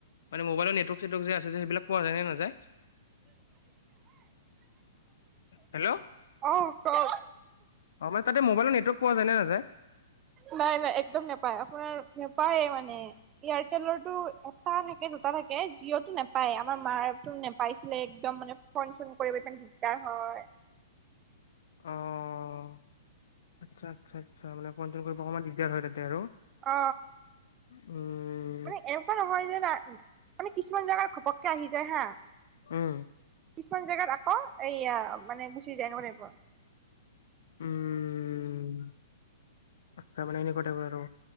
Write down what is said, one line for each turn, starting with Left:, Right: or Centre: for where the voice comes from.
Left: মান মবাইলৰ নেটৱৰ্ক-চেটৱৰ্ক যে আছে সেইবিলাক, পোৱা যায় নে নাযায়? হেল্ল'
Right: অ, কওক?
Left: অ, মান ততে মোবাইৰ নেটৱৰ্ক পোৱা যায় নে নযায়।
Right: নাই-নাই একদম নেপায় আপোনাৰ নাপায়ে মানে। এয়াৰটেলৰটো এটা থাকে দুটা থাকে, জিঅ'টো নোপায় আমাৰ মাৰো নোপাইছিলে একদম মানে ফোন-চোন কৰিব ইমান দিগদাৰ হয়।
Left: অ', আচ্ছা-আচ্ছা-আচ্ছা, মানে ফোন চোন কৰিব অকণমান দিগদাৰ হয় তাতে আৰু।
Right: অ,
Left: উম,
Right: মানে এনেকুৱা নহয় যানা মানে কিছুমান জোগাৰ ঘপককে আহি যায় হা,
Left: উম,
Right: কিছুমান জেগাত আকৌ এয়া মানে গুচি যায় এনেকুৱা টাইপৰ।
Left: উম, আচ্ছা, মানে এনেকুৱা টাইপৰ আৰু।